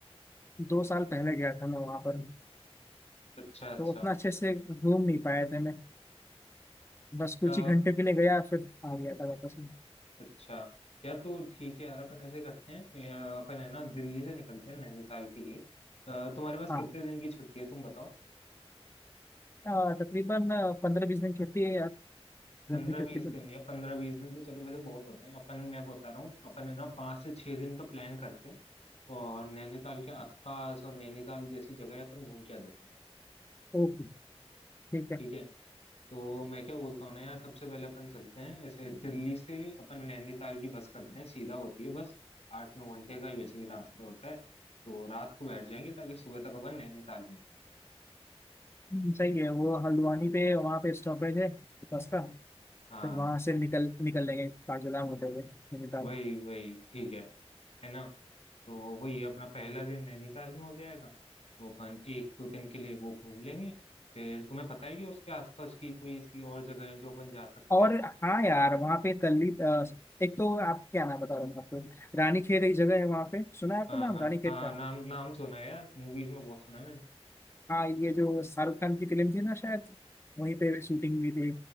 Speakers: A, on the left (about 25°); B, on the left (about 80°).
A: दो साल पहले गया था मैं वहाँ पर
B: अच्छा अच्छा
A: तो उतना अच्छे से घूम नहीं पाया था मैं बस कुछ
B: अ,
A: ही घंटे के लिए गया फिर आ गया था वापस में
B: अच्छा यार तो ठीक है यार अपन ऐसे करते हैं अ, अपन है ना दिल्ली से निकलते हैं नैनीताल के लिए अ, तुम्हारे पास
A: हाँ
B: कितने दिन की छुट्टी है तुम बताओ
A: आ, तकरीबन पंद्रह बीस दिन छुट्टी है यार
B: पंद्रह
A: गर्मी छुट्टी
B: बीस
A: तो
B: दिन या पंद्रह बीस दिन तो चलो वैसे बहुत होते हैं अपन मैं बता रहा हूँ अपन है ना पाँच से छह दिन का प्लान करते हैं और नैनीताल के आसपास और नैनीताल जैसी जगह अपन घूम के आ जाते हैं
A: ओके ठीक है
B: ठीक है तो मैं क्या बोलता हूँ ना यार सबसे पहले अपन चलते हैं ऐसे दिल्ली से अपन नैनीताल की बस करते हैं सीधा होती है बस आठ नौ घंटे का ही वैसे भी रास्ता होता है तो रात को बैठ जाएंगे ताकि सुबह तक अपन नैनीताल में हों।
A: हम्म, सही है वो हल्द्वानी पे वहाँ पे स्टॉपेज है बस का
B: हाँ
A: फिर वहां से निकल निकल लेंगे काठगोदाम होते हुए नैनीताल
B: वही वही ठीक है है ना तो वही अपना पहला दिन नैनीताल में हो जाएगा तो अपन एक दो दिन के लिए वो घूम लेंगे फिर तुम्हें पता है कि उसके आसपास की कोई ऐसी और जगह है जो अपन जा सकते
A: और
B: हैं
A: हाँ यार वहाँ पे तल्ली अ, एक तो आप क्या नाम बता रहा हूँ आपको रानी खेत एक जगह है वहाँ पे सुना है आपने
B: हाँ
A: नाम
B: हाँ
A: रानी खेत
B: हाँ
A: का
B: नाम नाम सुना है यार मूवीज में बहुत सुना है मैंने
A: हाँ ये जो शाहरुख खान की फिल्म थी ना शायद वहीं पे शूटिंग हुई थी